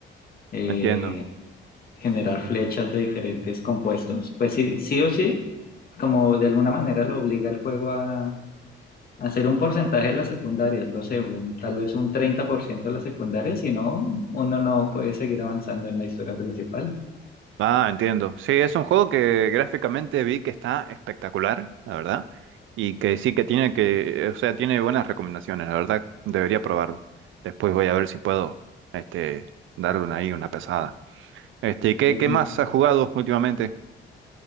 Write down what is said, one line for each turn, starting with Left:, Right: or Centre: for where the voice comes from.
Left: eh,
Right: entiendo.
Left: generar flechas de diferentes compuestos, pues sí, sí o sí, como de alguna manera lo obliga el juego a, a hacer un porcentaje de las secundarias, no sé, un- tal vez un 30% de las secundarias, si no, uno no puede seguir avanzando en la historia principal.
Right: Ah, entiendo. Sí, es un juego que gráficamente vi que está espectacular, la verdad, y que sí que tiene que, o sea, tiene buenas recomendaciones, la verdad, debería probarlo. Después voy a ver si puedo, este, darle una ahí una pesada. Este, ¿y ¿qué,
Left: Sí.
Right: qué más has jugado últimamente?